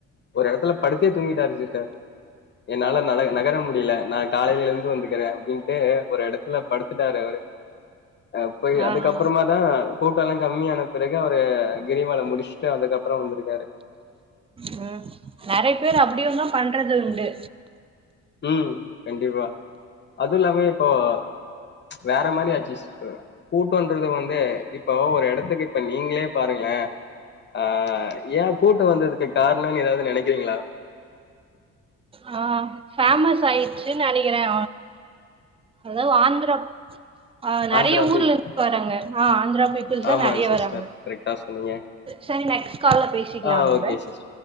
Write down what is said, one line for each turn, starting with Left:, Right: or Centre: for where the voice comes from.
Left: ஒரு இடத்துல படிடுத்தே தூங்கிட்டாரு சீட்டர் என்னால ந நகர முடியல நான் காலையில இருந்து வந்துக்கறே அப்படின்னுட்டு ஒரு இடத்துல படுத்து க்ட்டாரு அவரு அ போய்
Right: ஆ
Left: அதுக்கப்பறம
Right: ஆ
Left: தா கூட்ட எல்லாம் கம்மியான பிறகு அவரு கிரிவலைம் முடிச்சுட்டு அதுக்கப்புறோ வந்திருக்கு
Right: ம் நாரே சில பேர் அப்டி ஒன்னு பண்றது உண்டு
Left: ம் கண்டிப்பா அதுவும் இல்லாம இப்போஹ் வேற மாரி அச்சி கூட்டுன்றது வந்து இப்போ ஒரு இடத்துக்கு இப்ப நீங்களே பாருங்களேன் அ ஏன் கூட்டும் வந்ததுக்கு காரணம்ன்னனு ஏதாவது நெனைக்கிறீங்களா
Right: ஆ பேஃமஸ் ஆயிடுச்சுன்னு நெனைக்கிறேன் அதாவது ஆந்திரா ஆ நெறைய
Left: ஆந்திரா
Right: ஊர்ல
Left: பீப்புள்
Right: இருந்து வறங்க ஆஹ் ஆந்திரா பீப்புள்ஸ் தான்
Left: ஆமா
Right: நெறைய
Left: சிஸ்டர்
Right: வராங்க
Left: கரெக்டா சொன்னீங்க
Right: செரி நெக்ஸ்ட் காால்ல பேசிக்கலா
Left: ஆ
Right: நம்ப
Left: ஓகே சிஸ்டர்